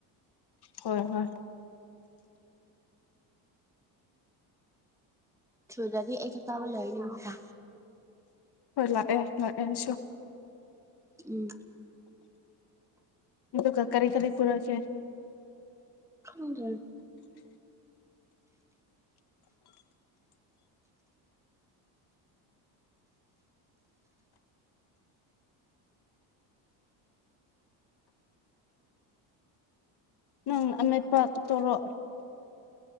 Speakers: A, on the left (about 55°); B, in the centre.
A: ꯍꯣꯏ ꯍꯣꯏ
B: ꯁꯨꯗꯗꯤ ꯑꯩ ꯆꯥꯛ ꯆꯥꯕ ꯂꯣꯢꯔꯅꯤ ꯑꯃꯨꯛꯀ
A: ꯍꯣꯏ ꯂꯥꯛꯑꯦ ꯂꯥꯛꯑꯦꯁꯨ
B: ꯎꯝ
A: ꯑꯗꯨꯒ ꯀꯔꯤ ꯀꯔꯤ ꯄꯨꯔꯛ ꯆꯦ
B: ꯈꯪꯗ꯭ꯔꯦ
A: ꯅꯪ ꯑꯃꯦꯠꯄ ꯇꯣꯔꯣ